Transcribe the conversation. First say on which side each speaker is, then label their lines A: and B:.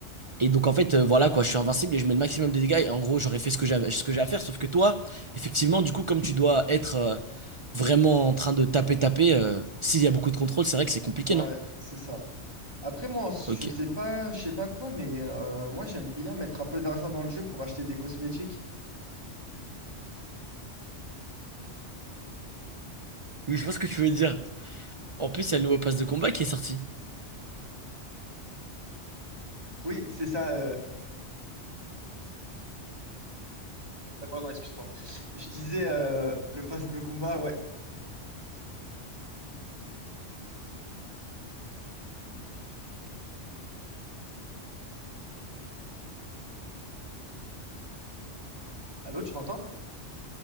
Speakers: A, on the right; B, on the right.
A: Et donc en fait, euh, voilà, quoi, je suis invincible et je mets le maximum de dégâts, et en gros, j'aurais fait ce que j'avais, ce que j'ai à faire, sauf que toi, effectivement, du coup, comme tu dois être... euh, vraiment en train de taper, taper, euh, s'il y a beaucoup de contrôle, c'est vrai que c'est compliqué,
B: Ouais,
A: non?
B: c'est ça. Après, moi, en- je
A: Ok.
B: sais pas, je sais pas toi, mais euh, moi, j'aime bien mettre un peu d'argent dans le jeu pour acheter des cosmétiques.
A: Oui, je vois ce que tu veux dire. En plus, il y a le nouveau pass de combat qui est sorti.
B: Oui, c'est ça. euh, Euh, Pardon, excuse-moi. Je disais euh, le pass de combat, ouais. Allô, tu m'entends?